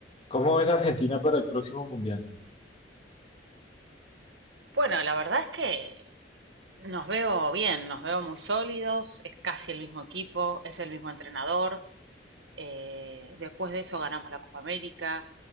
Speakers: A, on the left; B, on the right.
A: ¿Cómo ves a Argentina para el próximo mundial?
B: Bueno, la verdad es que nos veo bien, nos veo muy sólidos, es casi el mismo equipo, es el mismo entrenador. eh, después de eso ganamos la Copa América,